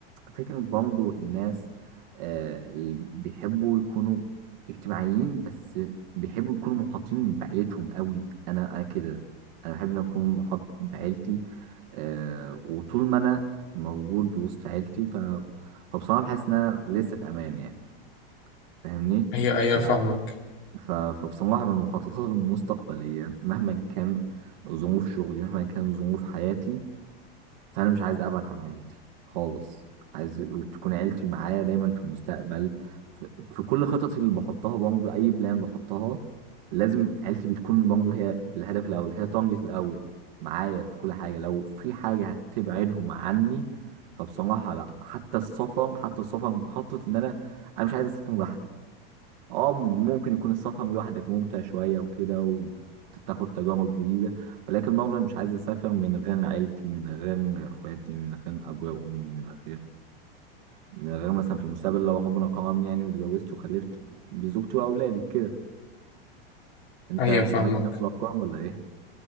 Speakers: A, on the right; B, on the left.
A: فكرة برضه الناس آه، اللي بيحبوا يكونوا اجتماعيين بس بيحبوا يكونوا محاطين بعيلتهم قوي انا انا كده انا بحب ان اكون محاط بعيلتي آه، وطول ما انا موجود وسط عيلتي ف فبصراحة بحس ان انا لسه في امان يعني فاهمني
B: ايوه ايوه
A: ف...
B: فاهمك
A: ف... فبصراحة من المخططات المستقبلية مهما كان ظروف شغلي مهما كان ظروف حياتي فانا مش عايز ابعد عن عيلتي خالص عايز تكون عيلتي معايا دايما في المستقبل في, في كل خططي اللي بحطها برضه اي بلان بحطها لازم عيلتي بتكون برضه هي الهدف الاول هي طنجة الاول معايا في كل حاجه لو في حاجه هتبعدهم عني فبصراحه لا حتى السفر حتى السفر بخطط ان انا انا مش عايز اسافر لوحدي اه ممكن يكون السفر لوحدك ممتع شوية وكده وتاخد تجارب جديدة ولكن برضه أنا مش عايز أسافر من غير عيلتي من غير إخواتي من غير أبويا وأمي من غير من غير مثلا في المستقبل لو ربنا كرمني يعني واتجوزت وخلفت بزوجتي وأولادي كده أنت
B: ايوه
A: تشاركني
B: فاهمك
A: نفس الأفكار ولا إيه؟